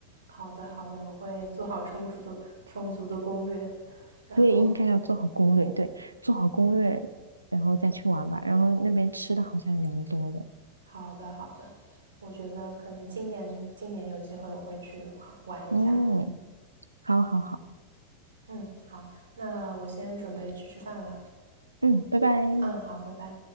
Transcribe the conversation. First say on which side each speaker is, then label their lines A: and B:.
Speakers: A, on the right; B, on the right.
A: 好的好的，我会做好充足的充足的攻略，然后
B: 对，应该要做好攻略，对，做好攻略，然后再去玩吧。然后那边吃的好像也蛮多的，
A: 好的，好的，我觉得可能今年今年有机会我会去玩一下。
B: 嗯，好好好，
A: 嗯，好，那我先准备去吃饭了。
B: 嗯，拜拜。
A: 嗯，好，拜拜。